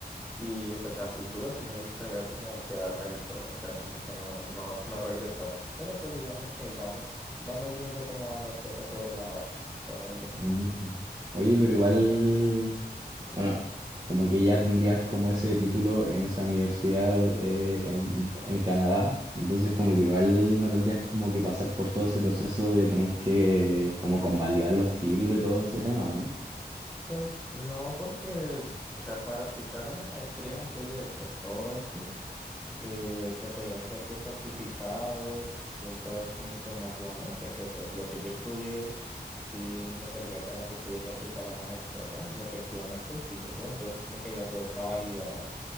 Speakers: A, in the centre; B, on the right.
A: Y pues a futuro sí me gustaría como quedarme del todo, o sea, como que no, no, no regresar. Pero pues digamos que ahí vamos, vamos viendo cómo van las cosas sobre la marcha todavía.
B: Mm. Oye, pero igual, bueno, como que ya tendrías como ese título en esa universidad eh, en, en Canadá, entonces como que igual no tendrías como que pasar por todo ese proceso de tener que como convalidar los títulos y todo ese tema, ¿o ¿no?
A: Pues no, porque, o sea, para aplicar a la maestría antes de pues todo esto, eh, se pedían ciertos certificados, ciertas como informaciones de que pues lo que yo estudié sí me servía para que pudiese aplicar a la maestría acá y efectivamente sí se pudo, entonces como que ya todo está validado.